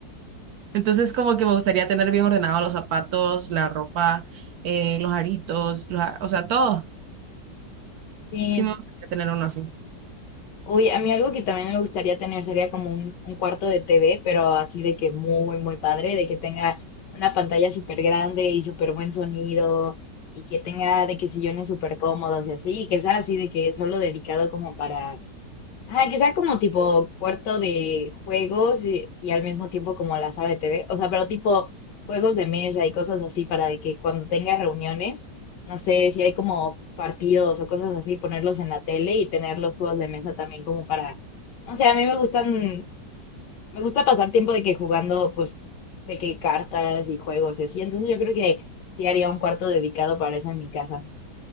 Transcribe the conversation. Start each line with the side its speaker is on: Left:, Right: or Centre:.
Right: Entonces, como que me gustaría tener bien ordenado los zapatos, la ropa, eh, los aritos, los a- o sea, todo.
Left: sí.
Right: Sí me gustaría tener uno así.
Left: Uy, a mí algo que también me gustaría tener sería como un, un cuarto de TV, pero así de que muy, muy padre, de que tenga una pantalla súper grande y súper buen sonido y que tenga de que sillones súper cómodos y así, y que sea así de que solo dedicado como para, Ajá, que sea como tipo cuarto de juegos y, y al mismo tiempo como la sala de TV. O sea, pero tipo juegos de mesa y cosas así para de que cuando tenga reuniones, no sé, si hay como partidos o cosas así, ponerlos en la tele y tener los juegos de mesa también como para, no sé, a mí me gustan, me gusta pasar tiempo de que jugando pues de que cartas y juegos y así. Entonces yo creo que sí haría un cuarto dedicado para eso en mi casa.